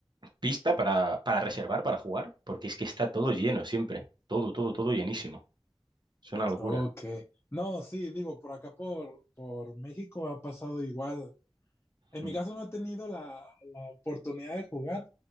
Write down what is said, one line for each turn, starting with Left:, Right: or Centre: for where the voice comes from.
Right: pista para, para reservar, para jugar, porque es que está todo lleno siempre. Todo, todo, todo llenísimo. Es una locura.
Left: Ok. No, sí, digo, por acá por, por México ha pasado igual. En
Right: Mm.
Left: mi caso no he tenido la, la oportunidad de jugar,